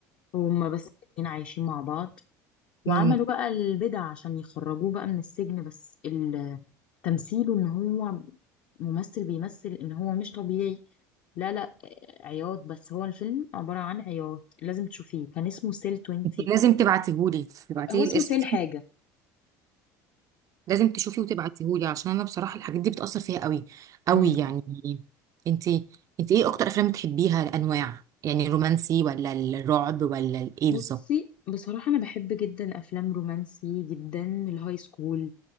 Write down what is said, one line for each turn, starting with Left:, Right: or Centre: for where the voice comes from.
Left: وهما بس الاتنين عايشين مع بعض وعملوا
Right: امم
Left: بقى البدع عشان يخرجوه بقى من السجن بس ال- تمثيله ان هو ممثل بيمثل ان هو مش طبيعي لا لا آه، عياط بس هو الفيلم عبارة عن عياط لازم تشوفيه كان اسمه سيل 20
Right: انت لازم تبعتيهولي تبعتيلي
Left: هو اسمه
Right: الاسم
Left: سيل حاجة
Right: لازم تشوفي وتبعتيهولي عشان انا بصراحه الحاجات دي بتاثر فيها قوي قوي
Left: مم.
Right: يعني انت انت ايه اكتر افلام بتحبيها الانواع يعني الرومانسي ولا الرعب ولا الايه
Left: بصي
Right: بالظبط
Left: بصراحة أنا بحب جدا أفلام رومانسي جدا الهاي سكول